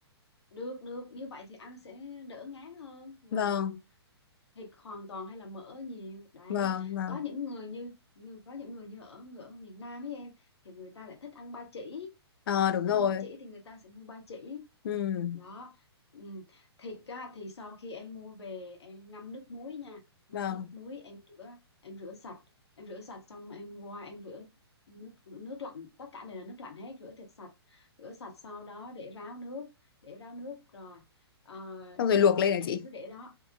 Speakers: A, on the left (about 80°); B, on the left (about 55°).
A: được được như vậy thì ăn sẽ đỡ ngán hơn là
B: Vâng,
A: thịt hoàn toàn hay là mỡ nhiều đấy
B: vâng, vâng.
A: có những người như như có những người như ở người ở miền Nam ấy em thì người ta lại thích ăn ba chỉ
B: Ờ đúng
A: Thức ăn
B: rồi.
A: ba chỉ thì người ta sẽ mua ba chỉ
B: Ừ,
A: đó ừ. thịt á, thì sau khi em mua về em ngâm nước muối nha ngâm
B: vâng.
A: nước muối em rửa em rửa sạch em rửa sạch xong em qua em rửa nước nước lạnh tất cả đều là nước lạnh hết rửa thịt sạch rửa sạch sau đó để ráo nước để ráo nước rồi ờ,
B: Xong rồi luộc lên hả
A: em
B: chị?
A: cứ để đó